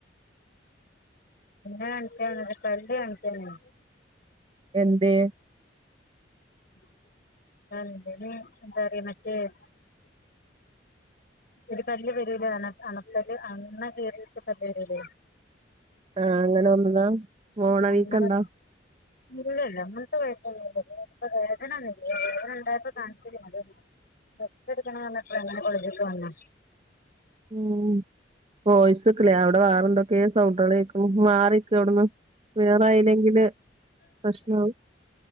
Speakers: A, on the left; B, on the right.
A: എൻ്റെ പല്ല് കാണിച്ചാനേനി
B: എന്തെ
A: <unintelligible> ഒരു പല്ല് വരൂലെ അന അനപല്ല് അണ <unintelligible>
B: ആഹ അങ്ങനെ വന്നതാ മോണ
A: അങ്ങനെ
B: വീക്കണ്ടാ
A: ഇല്ലല്ല അങ്ങനത്തെ കുയപ്പം ഒന്നും ഇല്ല ഇപ്പോ വേദന ഇല്ലാ വേദന ഉണ്ടായപ്പോ കാണിച്ചതാ റസ്റ്റ്‌ ഇടക്കണം പറഞ്ഞപ്പോ അങ്ങനെ കോളജ്ക്ക് വന്നാ
B: ഉം വോയിസു ക്ലിയർ അല അവിടെ വേറെ എന്തൊക്കെയ സൗണ്ടാൽ കേൾക്കേണ് മാറി അവിടന്ന് ക്ലിയർ ആയില്ലെങ്കില് പ്രശ്നമാവും